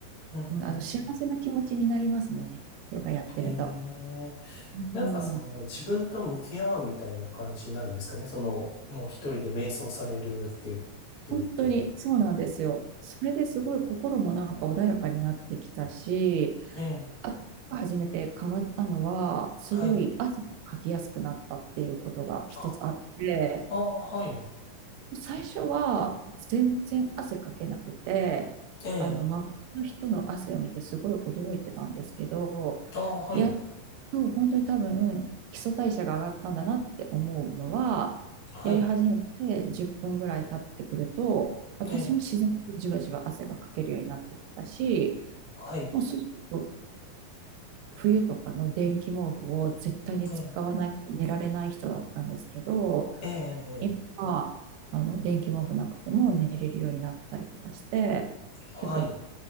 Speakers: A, on the left; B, on the right.
A: うん、うん、
B: うんあの、幸せな気持ちになりますね。
A: うん。
B: ヨガやってると。
A: ええうんうんはいええはいええああはいええええええはいうんうんうんええなんかその自分と向き合うみたいな感じになるんですかね。
B: うん。
A: その、もう一人で瞑想されるっていう時っていうの。
B: 本当にそうなんですよ。それですごい心もなんか穏やかになってきたし、
A: うん。ええ。
B: あと初めて変わったのは、すごい汗をかきやすくなったっていうことが一つあって、
A: はい。あ、ああ、はい。
B: 最初は全然汗かけなくて、
A: ええ。
B: あの、周りの人の汗を見てすごい驚いてたんですけど、
A: ああ、はい。
B: やっと本当に多分基礎代謝が上がったんだなって思うのは、
A: はい。
B: やり始めて10分ぐらい経ってくると、私も自然とじわじわ汗がかけるようになってきたし、
A: ええ。はい。
B: もうそうすると冬とかの電気毛布を絶対に使わないと寝られない人だったんですけど、
A: ええ。ええ。
B: 今は、
A: ええ
B: あの、電気毛布なくても寝れるようになったりとかして、
A: はい。
B: 結構